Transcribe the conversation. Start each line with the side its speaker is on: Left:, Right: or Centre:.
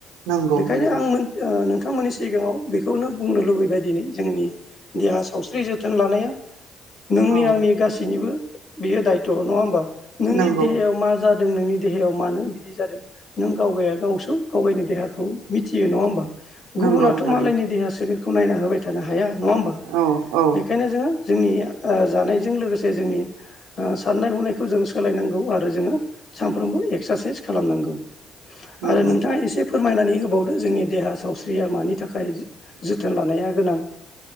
Right: नंगौ
Left: बेखायनो
Right: नंगौ
Left: आं मोन ओ नोंथांमोननि सिगाङाव बेखौनो बुंनो लुबैबाय दिनै जोंनि देहा सावस्रि जोथोन लानाया नोंनि
Right: औ
Left: आंनि गासैनिबो बियो दायथ' नङा होमबा नोंनि
Right: नंगौ
Left: देहायाव मा जा दों नोंनि देहायाव मानो बिदि जादों नों गावगाया गावसो गावगायनि देहाखौ मिथियो। नङा होमबा? गुबुनाथ'
Right: नंगौ थारैनो
Left: मालायनि देहा सोलेरखौ नायना होबाय थानो हाया नङा होमबा?
Right: औ औ
Left: बेखायनो जोङो जोंनि ओ जानायजों लोगोसे जोंनि ओ साननाय हनायखौ जों सोलायनांगौ आरो जोङो सानफ्रोमबो एक्सारसाइस खालामनांगौ।
Right: नंगौ
Left: आरो नोंथाङा एसे फोरमायनानै होबावदो जोंनि देहा सावस्रिया मानि था खाय जोथोन लानाया गोनां।